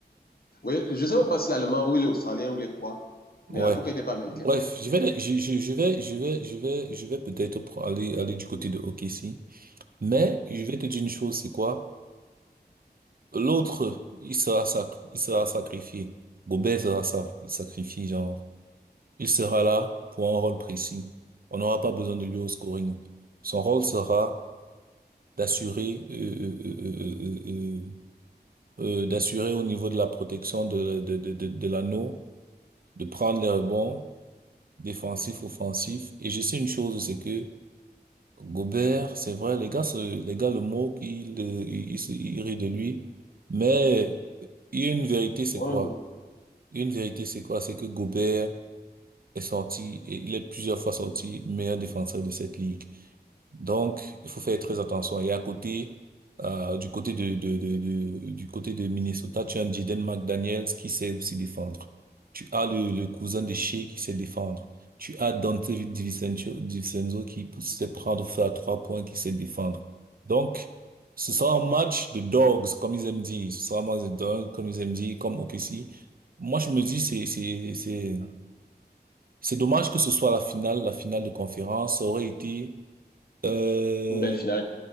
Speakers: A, on the left (about 60°); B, on the right (about 60°).
A: Oui, je ne sais même pas s'il est allemand ou il est australien ou il est quoi,
B: Ouais.
A: mais en tout cas, il n'est pas américain.
B: Bref, je vais, je, je, je vais, je vais, je vais, je vais peut-être pr- aller, aller du côté de OKC. Mais je vais te dire une chose, c'est quoi? L'autre, il sera sac, il sera sacrifié. Gobert sera sac- sacrifié, genre. Il sera là pour un rôle précis. On n'aura pas besoin de lui au scoring. Son rôle sera d'assurer, euh, euh, euh, euh, euh, euh, euh, euh, d'assurer au niveau de la protection de, de, de, de, de l'anneau, de prendre les rebonds défensif, offensif. Et je sais une chose, c'est que Gobert, c'est vrai, les gars, se- les gars le moquent, ils, euh, ils, ils se- ils rient de lui. Mais il y a une vérité, c'est
A: Ouais,
B: quoi? Une vérité, c'est quoi? C'est que Gobert, est sorti, et il est plusieurs fois sorti meilleur défenseur de cette ligue. Donc, il faut faire très attention. Et à côté, euh, du côté de, de, de, de- du côté de Minnesota, tu as un Jaden McDaniels qui sait aussi défendre. Tu as le, le cousin de Shea qui sait défendre. Tu as Dante DiVincenzo, DiVincenzo qui sait prendre feu à trois points, qui sait défendre. Donc, ce sera un match de dogs, comme ils aiment dire. Ce sera un match de dogs, comme ils aiment dire, comme OKC. Moi, je me dis, c'est, c'est, c'est, c'est dommage que ce soit la finale, la finale de conférence. Ça aurait été euh,
A: Une belle finale.